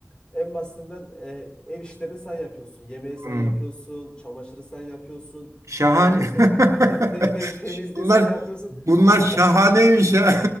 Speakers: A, on the left; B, on the right.
A: en basitinden e, ev işlerini sen yapıyorsun. Yemeği sen
B: Hmm,
A: yapıyorsun, çamaşırı sen yapıyorsun.
B: Şahane.
A: Ondan sonra te- te-
B: <laughs>
A: te- temizliği
B: Bunlar
A: sen yapıyorsun.
B: bunlar
A: <laughs> Tamam
B: şahaneymiş
A: bunu,
B: ya.